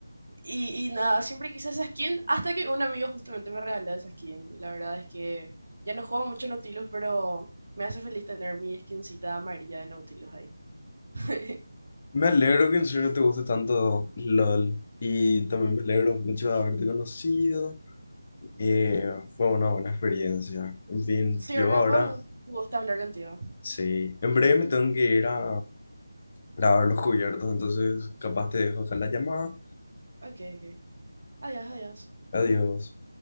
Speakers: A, on the right; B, on the left.
A: Y, y nada, siempre quise esa skin hasta que un amigo justamente me regaló esa skin. Y la verdad es que ya no juego mucho Nautilus, pero me hace feliz tener mi skincita amarilla de Nautilus ahí. <laughs>
B: Me alegro que en serio te guste tanto LOL. Y también me alegro mucho de haberte conocido. Eh, fue una buena experiencia. En fin,
A: Sí,
B: yo
A: ¿verdad?
B: ahora,
A: Fue un gusto hablar contigo.
B: sí. En breve me tengo que ir a grabar los cubiertos, entonces capaz te dejo acá la llamada.
A: Ok, ok. Adiós, adiós.
B: Adiós.